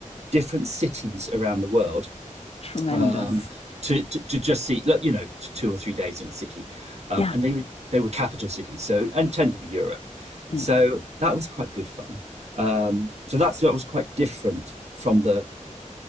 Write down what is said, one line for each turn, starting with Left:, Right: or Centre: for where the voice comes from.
Right: different cities around the world
Left: Tremendous.
Right: um, to, to, to just see, like, you know, two or three days in a city, um,
Left: Yeah.
Right: and they were they were capital cities, so and tend to be Europe. So
Left: Mm,
Right: that was quite good fun. Um, so that's that was quite different from the